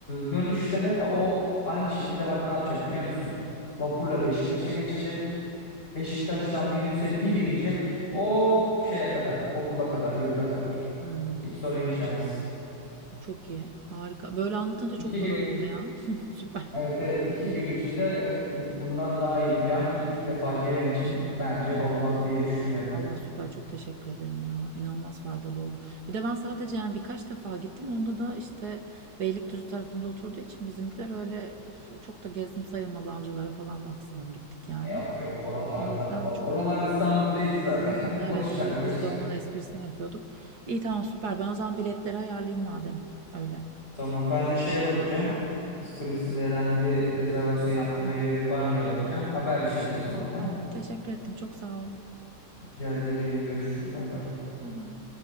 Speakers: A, on the left; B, on the right.
A: dönüşte de o aynı şekilde bak ne yapacak biliyor musun? Vapurla Beşiktaş'a geçecek. Beşiktaş'tan minibüse bir binecek. O şeye kadar, okula kadar, yurda kadar.
B: Hmm,
A: Hiç sorun yaşamaz.
B: çok iyi. Harika. Böyle anlatınca çok
A: İki
B: kolay
A: gün
B: oldu ya. <laughs> Süper.
A: Evet evet iki gün içinde bundan daha iyi plan ilk defa gelen için bence olmaz diye düşünüyorum.
B: Allah süper çok teşekkür ederim ya. İnanılmaz faydalı oldu. Bir de ben sadece yani birkaç defa gittim. Onda da işte Beylikdüzü tarafında oturduğu için bizimkiler öyle üf, çok da gezdim sayılmaz avcılara falan maksimum gittik yani.
A: Yok yok oralarda.
B: O yüzden
A: O-
B: çok
A: Oralar İstanbul değil ki zaten. <laughs> Boş
B: evet biz
A: ver boş
B: de onun
A: ver.
B: esprisini yapıyorduk. İyi tamam süper. Ben o zaman biletleri ayarlayayım madem öyle.
A: Tamam ben de şeye bakacağım. Kız Kulesi'nde herhangi bir rezervasyon yaptırmaya
B: Tamam
A: gerek var mıya bakacağım. Haberleşiriz o zaman
B: süper.
A: tamam.
B: Teşekkür ettim. Çok sağ ol.
A: Rica ederim. Görüşürüz. Bay bay.
B: Bay bay.